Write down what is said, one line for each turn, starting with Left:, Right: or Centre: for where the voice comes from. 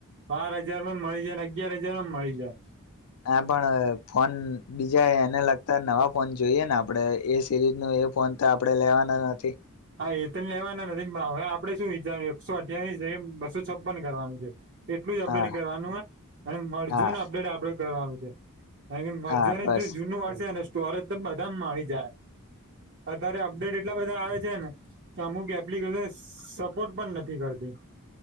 Right: બાર હજારમાં મળી જાય ને અગિયાર હજાર માં મળી જાય.
Left: હા, પણ ફોન બીજા એને લગતા નવા ફોન જોઈએ ને આપણેે એ સિરીઝ ન એ ફોન તો આપણેે લેવાના નથી.
Right: હા એ તોને લેવાના નથી હવે આપડણે શું વિચાર્યુ એકસો અઠવીસ બસો છપન કરવાનું છે. એટલું જ
Left: હા
Right: અપડેટ કરવાનું હો અને મળજોન
Left: હા
Right: અપડેટ આપડે કરવાનું છે. કારણ કે મળજો
Left: હા બસ
Right: <unintelligible> જૂનું હશે ને સ્ટોરેજ તો બધામાં આવી જાય અતારે અપડેટ એટલા બધા આવે છે ને અમુક એપ્લિકેશન સ સપોર્ટ પણ નથી કરતી